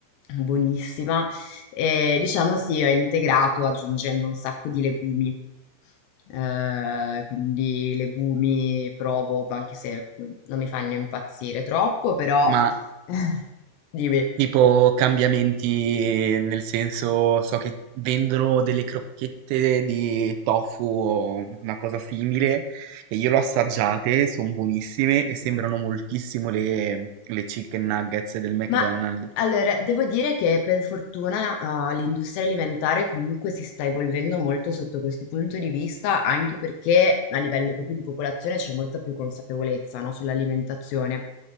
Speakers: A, on the left; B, on the right.
A: Buonissima. E diciamo sì, ho integrato aggiungendo un sacco di legumi. Eh, quindi legumi provo, anche se non mi fanno impazzire troppo, però
B: Ma
A: <laughs> dimmi.
B: Tipo cambiamenti nel senso, so che vendono delle crocchette di tofu o una cosa simile, che io l'ho assaggiate, sono buonissime e sembrano moltissimo le, le chicken nuggets del McDonald's.
A: Ma allora, devo dire che per fortuna, ah, l'industria alimentare comunque si sta evolvendo molto sotto questo punto di vista, anche perché a livello proprio di popolazione c'è molta più consapevolezza, no, sull'alimentazione.